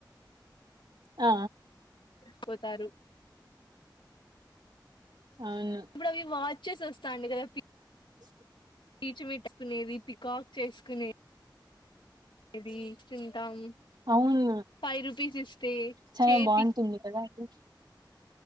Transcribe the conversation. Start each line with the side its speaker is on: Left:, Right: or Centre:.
Right: ఆ
Left: పోతారు
Right: అవును
Left: ఇప్పుడు అవి వాచెస్ వస్తాండా కదా ఫీ
Right: <inaudible>
Left: పీచు మిఠాయి నీది పీకాక్ చేసుకోనే ఇది తింటాం
Right: అవును
Left: ఫైవ్ రుపీస్ ఇస్తే
Right: చాలా
Left: చేతి
Right: బాగుంటుంది కదా అది